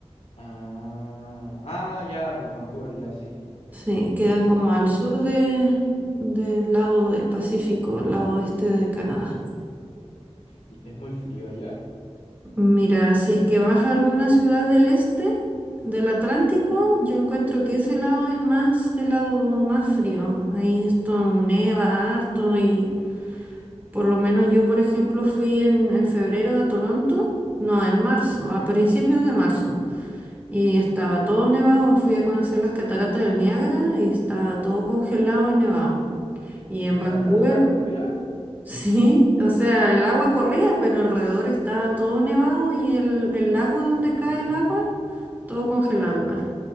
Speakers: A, on the left; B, on the right.
A: Ah, ah, ya, pues Vancouver, ya, sí.
B: Sí, queda
A: Sí, sí,
B: como
A: sí,
B: al
A: ya.
B: sur de, del lado del Pacífico, el lado este de Canadá.
A: ¿Y es muy frío allá?
B: Mira, si es que vas a alguna ciudad del este, del Atlántico, yo encuentro que ese lado es más, el lado más frío. Ahí esto neva harto y... Por lo menos yo, por ejemplo, fui en, en febrero a Toronto, no, en marzo, a principios de marzo, y estaba todo nevado, fui a conocer las cataratas del Niágara y estaba todo congelado y nevado. Y en
A: ¿Las
B: Vancouver,
A: cataratas están congeladas?
B: <laughs> sí, o sea, el agua corría, pero alrededor estaba todo nevado y el, el lago donde
A: Uh,
B: cae el agua, todo congelado igual.